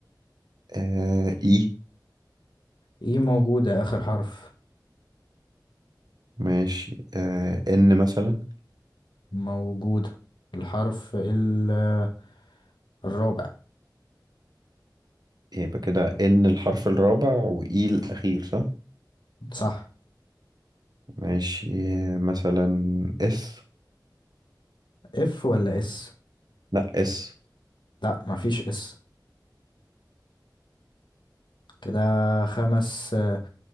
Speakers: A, on the right; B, on the left.
A: آه، إي
B: ايه موجودة اخر حرف
A: ماشي آه، إن مثلا
B: موجودة الحرف ال- آه، الرابع
A: يبقى كده إن الحرف الرابع وإي الأخير صح؟
B: صح
A: ماشي آه، مثلا إس
B: اف ولا اس
A: لأ إس
B: لا مفيش اس كده خمس آه،